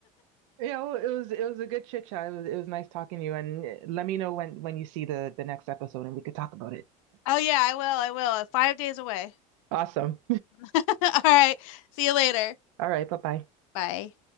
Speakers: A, on the right; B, on the left.
A: Yeah, well, it was it was a good chit chat. It was, it was nice talking to you and let me know when when you see the the next episode and we could talk about it.
B: Oh yeah, I will. I will. uh, Five days away.
A: Awesome.
B: <laughs> All right. See you later.
A: All right, bye-bye.
B: Bye.